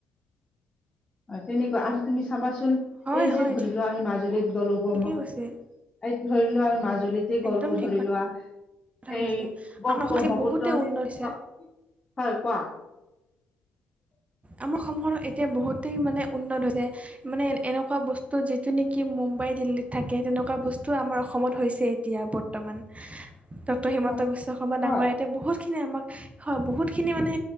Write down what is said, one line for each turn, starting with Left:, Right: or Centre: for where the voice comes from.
Left: হয় তেনেকুৱা আৰু তুমি চাবাচোন
Right: হয়
Left: এই যে
Right: হয়
Left: ধৰি লোৱা আমি মাজুলীত গলো
Right: ঠিকেই
Left: প্ৰমখ।
Right: কৈছে
Left: এই ধৰি লোৱা আৰু মাজুলীত।
Right: একদম
Left: গলো
Right: ঠিক
Left: ধৰি লোৱা
Right: কথা
Left: এই
Right: কৈছে
Left: ব্ৰহ্মপুত্ৰ।
Right: আমাৰ অসম বহুতেই উন্নত হৈছে
Left: হয় কোৱা। হয।
Right: আমাৰ অসমখনত এতিয়া বহুতেই মানে উন্নত হৈছে। মানে এনেকুৱা বস্তু যিটো নেকি মুম্বাই দিল্লীত থাকে তেনেকুৱা বস্তু আমাৰ অসমত হৈছে। এতিয়া বৰ্তমান।
Left: <inaudible>
Right: ডটৰ হিমন্ত
Left: হয়
Right: বিশ্ব শৰ্মা ডাঙৰে
Left: হয়
Right: এতিয়া বহুতখিনি আমাক হয় বহুতখিনি মানে